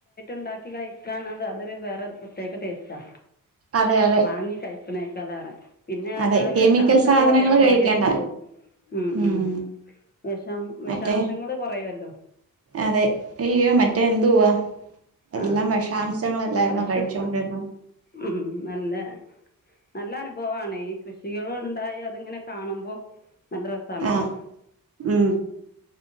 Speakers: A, on the left; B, on the right.
A: ണ്ടാക്കികഴിക്കാന്നത് അതൊരു വേറെ പ്രത്യേക ടേസ്റ്റാ
B: അതെ അതെ
A: വാങ്ങികഴി <unintelligible> പിന്നെ
B: അതെ
A: എന്നാലെ
B: കെമിക്കൽ
A: വെഷാംശൊക്കെ
B: സാധനങ്ങൾ
A: കൊറേ കൊറെയൊല്ലോ
B: കഴിക്കേണ്ടല്ലോ
A: ഉംഉം
B: ഉം
A: വെഷാം വെഷാം
B: മറ്റേ
A: ശങ്ങൾ കൊറെയൊല്ലോ
B: അതെ അയ്യൊമറ്റേ എന്തു വാ എല്ലാം
A: ആ
B: വെഷാംശങ്ങളല്ലായിരുന്നോ
A: ഫ്രഷ്
B: കഴിച്ചൊണ്ടിരുന്ന്
A: ഉം നല്ല നല്ല അനുഭവമാണ് ഈ കൃഷികൾ ഉണ്ടായി അതിങ്ങനെ കാണുമ്പോ നല്ല രസാണല്ലോ
B: ആഹ് ഉം